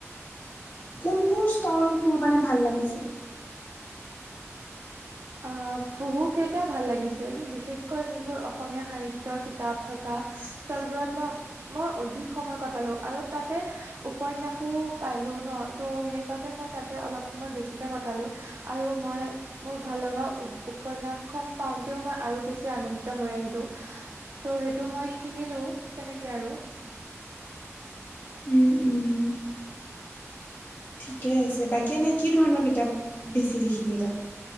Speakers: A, on the left; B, on the right.
A: কোনবোৰ ষ্টল তোৰ মানে ভাল লাগিছিল
B: অ বহু কেইটা ভাল লাগিছিল বিশেষকৈ যোনবোৰ অসমীয়া সাহিত্যৰ কিতাপ থকা
A: <unintelligible>
B: ষ্টলবোৰত মই মই অধিক সময় কটালো আৰু তাতে উপন্যাসো পালো ন ত' সেইবাবে মই তাতে অলপ সময় বেছিকে কটালো আৰু মই মোৰ ভাল লগা উপন্যাসখন পাওঁতেও মই আৰু বেছি আনন্দিত হৈ আহিলো ত' সেইটো মই কিনিলো তেনেকে আৰু
A: উম উম ঠিকে আছে বাকী এনেই কি ধৰণৰ কিতাপ বেছি দেখিলি ত ই